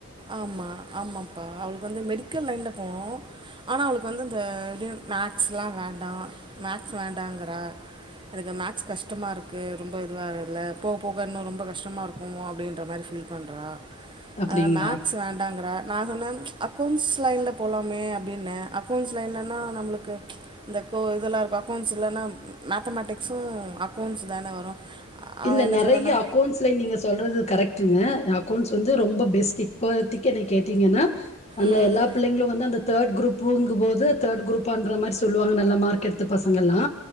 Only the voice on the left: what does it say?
அப்டிங்களா
இந்த
நறைய
அக்கௌண்ட்ஸ் ஸுல நீங்க சொல்றது கரெக்ட்டுங்க அக்கௌண்ட்ஸ் வந்து ரொம்ப பெஸ்ட் இப்போதிக்கி என்னயே கேட்டிங்கன்னா அல்ல
எல்லா பிள்ளைங்களு வந்து அந்த தேர்ட் குரூப்புங்கு போது தேர்ட் குரூபான்ற மாரி சொல்வாங்க நல்ல மார்க் எடுத்து பசங்கெல்லா